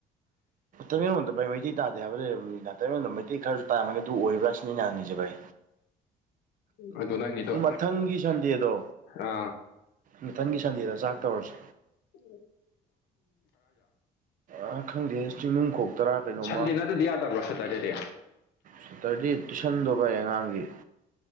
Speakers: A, on the right (about 50°); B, on the left (about 85°).
A: ꯇꯃꯦꯡꯂꯣꯡꯘ ꯕꯥꯏ ꯃꯩꯇꯩ ꯇꯥꯗꯦ ꯍꯥꯏꯕ ꯂꯩꯔꯕ ꯇꯩꯔꯣꯟꯗ ꯃꯩꯇꯩ ꯈꯔꯁꯨ ꯇꯥꯔꯝꯒꯅꯤ ꯑꯗꯨ ꯑꯣꯏꯕ꯭ꯔꯥ ꯁꯤꯅꯤ ꯑꯩꯅ ꯍꯪꯉꯤꯖꯦ ꯕꯥꯏ
B: ꯑꯗꯨ ꯅꯪꯒꯤꯗꯣ
A: ꯃꯊꯪꯒꯤ ꯁꯟꯗꯦꯗꯣ
B: ꯑ
A: ꯃꯊꯪꯒꯤ ꯁꯟꯗꯦꯗ ꯆꯥꯛ ꯇꯧꯔꯁꯤ
B: <unintelligible>
A: ꯑ ꯈꯪꯗꯦ ꯆꯤꯡꯅꯨꯡꯈꯣꯛꯇꯔꯥ ꯀꯩꯅꯣꯝꯃ
B: ꯁꯟꯗꯦ ꯅꯠꯇꯗꯤ ꯌꯥꯗꯕ꯭ꯔꯣ ꯁꯦꯇꯔꯗꯦꯗꯤ
A: ꯁꯇꯔꯗꯦ ꯇꯨꯏꯁꯟꯗꯕ ꯑꯉꯥꯡꯒꯤ